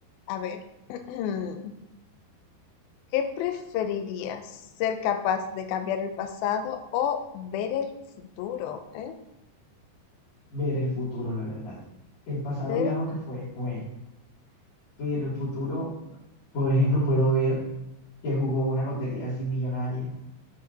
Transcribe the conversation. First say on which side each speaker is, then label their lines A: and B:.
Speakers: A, on the left; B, on the left.
A: a ver. <clears throat> ¿Qué preferirías? ¿Ser capaz de cambiar el pasado o ver el futuro? ¿Eh?
B: Ver el futuro, la verdad. El pasado
A: Ver
B: ya
A: el
B: lo
A: fu-
B: que fue, fue. Pero el futuro, por ejemplo, puedo ver que jugó una lotería así millonaria